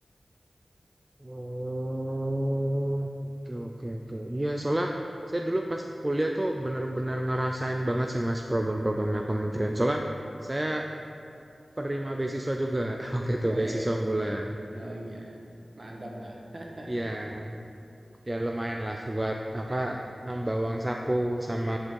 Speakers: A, on the right; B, on the right.
A: Oh, oke, oke, oke. Iya, soalnya saya dulu pas kuliah tuh bener-bener ngerasain banget sih, Mas, program-programnya Kementerian. Soalnya saya penerima beasiswa juga <laughs> waktu itu,
B: Weh,
A: beasiswa unggulan.
B: oh iya, mantap lah. <laughs>
A: Iya, ya lumayan lah buat apa
B: Eh, eh,
A: nambah uang saku sama